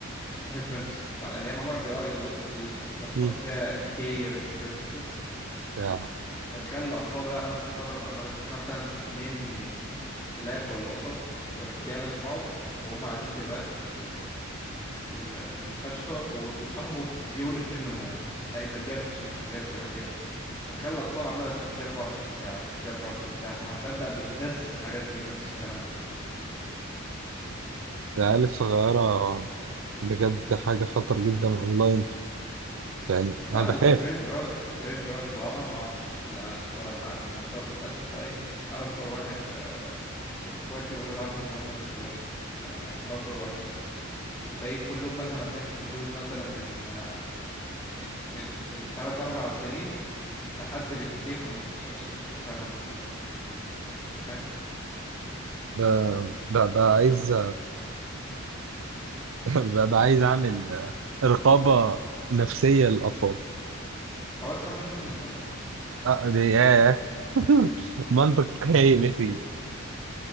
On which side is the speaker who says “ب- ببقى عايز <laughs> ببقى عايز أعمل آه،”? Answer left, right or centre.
Right